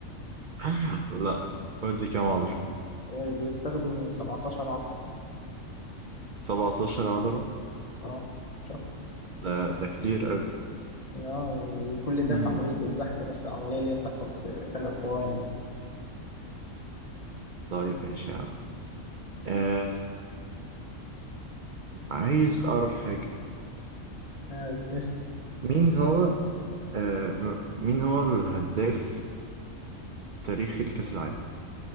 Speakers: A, on the right; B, on the left.
A: <laughs> لا قول لي كام عضلة
B: آه، بيستخدم 17 عضلة
A: 17 عضلة
B: اه شفت
A: لا ده كتير
B: اه يعني كل ده
A: قوي
B: في عملية الضحكة بس العملية اللي هي بتحصل في ثلاث ثواني مثلا
A: طيب ماشي يا عم آه عايز أعرف حاجة
B: آه، اسم-
A: مين هو آه مين هو الهداف تاريخي لكأس العالم